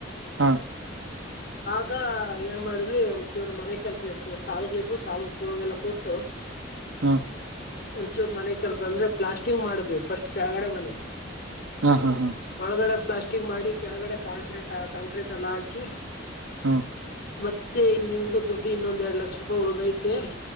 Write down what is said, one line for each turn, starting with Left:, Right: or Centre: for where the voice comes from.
Right: ಹಾ
Left: ಆಗ ಏನ್ ಮಾಡಿದ್ವಿ ಒಂಚೂರು ಮನೆ ಕೆಲಸ ಇಡ್ಸ ಸಾಲುಗಳಿದ್ವು ಸಾಲಗಳು ಕೊಡವೆಲ್ಲ ಕೊಟ್ಟು
Right: ಹಾ
Left: ಒಂಚೂರು ಮನೆ ಕೆಲಸ ಅಂದ್ರೆ ಪ್ಲಾಸ್ಟಿಂಗ್ ಮಾಡಿದ್ವಿ ಫಸ್ಟ್ ಕೆಳಗಡೆ ಮನೆ
Right: ಹ್ಮ್ ಹ್ಮ್
Left: ಒಳಗಡೆ ಪ್ಲಾಸ್ಟಿಂಗ್ ಮಾಡಿ ಕೆಳಗಡೆ ಕಾಂಕ್ರೀಟ್ ಕಾಂಕ್ರೀಟ್ ಎಲ್ಲ ಹಾಕಿ
Right: ಹ್ಮ
Left: ಮತ್ತೆ ಇನ್ ಹೆಂಗು ದುಡ್ಡಿ ಇನ್ನೊಂದ್ ಎರಡ್ ಲಕ್ಷ ರೂಪಾಯಿ ಉಳದ್ ಐತೆ